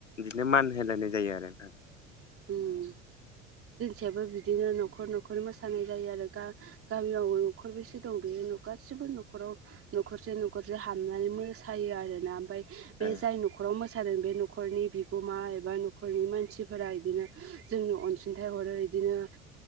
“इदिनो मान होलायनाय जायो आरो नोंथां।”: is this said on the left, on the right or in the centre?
Left